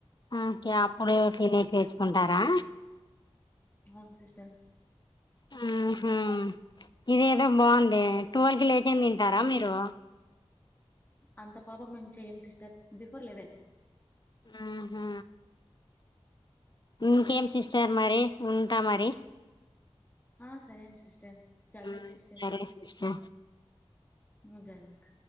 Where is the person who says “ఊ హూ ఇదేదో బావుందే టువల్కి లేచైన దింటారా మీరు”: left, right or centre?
Left